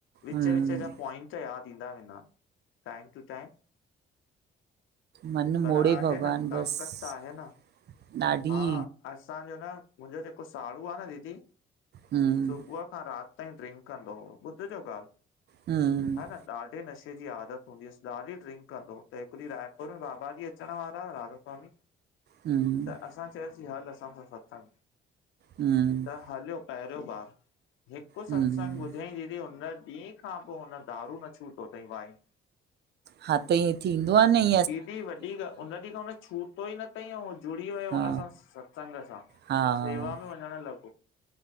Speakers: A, on the left (about 85°); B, on the right (about 55°).
A: विच
B: हम्म
A: विच जा पॉइंट त यादि ईंदा वेंदा टाइम टू टाइम
B: मनु
A: पर
B: मोड़े
A: आहे
B: भॻवानु
A: न
B: बसि
A: ताक़त त आहे न।
B: ॾाढी
A: हा असांजो न मुंहिंजो जेको साड़ू आहे न दीदी
B: हम्म
A: सुबुह सुबह खां राति ताईं ड्रिंक कंदो हु ॿुध जो ॻाल्हि
B: हम
A: हा न ॾाढे नशे जी आदत हूंदी हुअसि ॾाढी ड्रिंक कंदो त हिकु ॾींहुं रायपुर में बाबा जी अचण वारा राधा स्वामी
B: हम्म
A: त असां चयोसीं हल असां सां सत्संग।
B: हम
A: त हलियो पहिरियों बार हिकु
B: हम्म
A: सत्संग ॿुधो धईं दीदी हुन ॾींहं खां पोइ हुन दारू न छूटो थईं वाईन।
B: हा त ईअं थींदो आहे न ईं
A: एॾी वॾी गाल् उन ॾींहुं खां उन छूट टोइ न थई ऐं उहो जुड़ी वियो
B: हा
A: हुन सां सत्संग सां
B: हा
A: सेवा में वञणु लॻो।